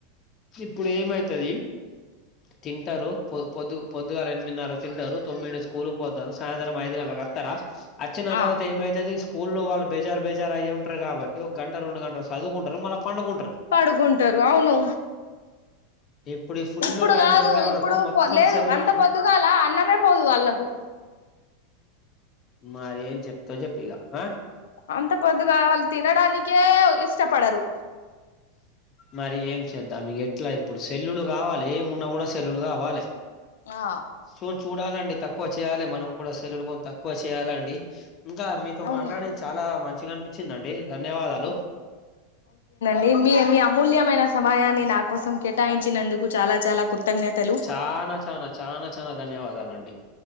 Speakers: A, on the left; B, on the left.
A: ఇప్పుడు ఏమైతాది. తింటారు పొ పొద్దు. పొద్దుగాల ఎనిమిదిన్నర తింటారు. తొమ్మిది స్కూ పోతారు. సాయంత్రం ఐదు గంటలలకుస్తారా? వచ్చిన
B: ఆ
A: తర్వాత ఏమైతాది. స్కూ స్కూల్లో వాళ్ళు. బేజార్ బేజార్ అయ్యాం. కాబట్టి ఒక గంట రెండు గంటలు చదువుకుంటారు మళ్ళా పండుకుంటారు.
B: పడుకుంటారు అవును
A: ఇప్పుడు ఈ ఫుల్
B: ఇప్పుడు
A: టైం
B: కాదు
A: దొరికే వరకు
B: ఇప్పుడు
A: మొత్తం
B: లేదు
A: సెల్లులు
B: అంత పొద్దుగాల అన్నమే పోదు వాళ్ళకు.
A: మరేం చెప్పుతావో చెప్పు ఇక ఆ!
B: అంత పొద్దుగాల వాళ్ళు తినడానికి. కే ఇష్టపడరు.
A: మరి ఏం చేద్దాం ఇక, ఎట్లా ఇప్పుడు? సెల్లులు కావాలి ఏమున్నా కూడా చెల్లులు గావాల
B: ఆ
A: సూన్ చూడాలండి. తక్కువ చేయాలి మనం కూడా సెల్లు లు కొంత. ఎక్కువ చేయ్యాలండి? ఇంకా మీతో
B: అవును
A: మాట్లాడే చాలా మంచిగా అనిపించిందండి ధన్యవాదాలు.
B: ఎమీ ఎమీ? మీ అమూల్యమైన సమయాన్ని. నే నా కోసం కేటాయించినందుకు. చాలా చాలా కృతజ్ఞతలు
A: చానా చానా చానా చానా ధన్యవాదాలండి.